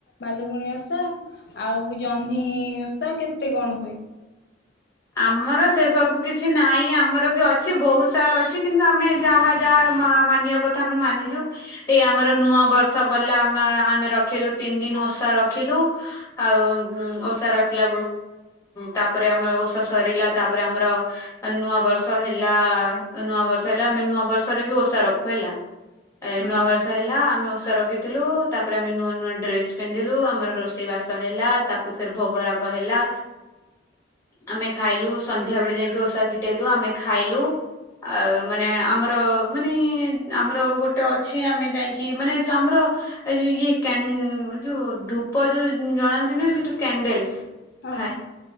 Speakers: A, on the left (about 55°); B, on the left (about 15°).
A: ଭାଲୁକୁଣି ଓଷା ଆଉ ଆଉ ଜହ୍ନିଓଷା କେତେ କଣ ହୁଏ।
B: ଆମର ସେ ସବୁ କିଛି ନାହିଁ। ଆମର ବି ଅଛି ବହୁତ ସାରା ଅଛି କିନ୍ତୁ ଆମେ ଯାହା ଯାହା ମାନିବା କଥା ଆମେ ମାନୁଚୁ। ଏଇ ଆମର ନୂଆ ବର୍ଷ ଗଲା ଆମ ଆମେ ରଖିଲୁ ତିନି ଦି ଓଷା ରଖିଲୁ। ଆଉ ଓଷା ରଖିଲା ତାପରେ ଆମ ଓଷା ସରିଲା। ତାପରେ ଆମର ନୂଆ ବର୍ଷ ହେଲା ନୂଆ ବର୍ଷ ହେଲା ଆମେ ନୂଆ ବର୍ଷରେ ବି ଓଷା ରଖୁ ହେଲା।
A: ହଁ
B: ନୂଆ ବର୍ଷ ହେଲା ଆମେ ଓଷା ରଖିଥିଲୁ। ତାପରେ ଆମେ ନୂଆ ନୂଆ ଡ୍ରେସ ପିନ୍ଧିଲୁ। ଆମର ରୋଷେଇ ବାସ ହେଲା ତାକୁ ଫେରେ ଭୋଗରାଗ ହେଲା ଆମେ ଖାଇଲୁ ସନ୍ଧ୍ୟା ବେଳେ ଯାଇକି ଓଷା ଫିଟେଇଲୁ ଆମେ ଖାଇଲୁ ଆଉ ମାନେ ଆମର ମାନେ ଆମର ଗୋଟେ ଅଛି ଆମେ ଯାଇକି ମାନେ ଯଉ ଆମର ଏଉ ଇଏ କେ ଯୋଉ ଧୂପ ଯୋଉ ଜଣାନ୍ତି ନି ସେ ଯୋଉ କ୍ୟାଣ୍ଡେଲ
A: ହଁ
B: ଥାଏ।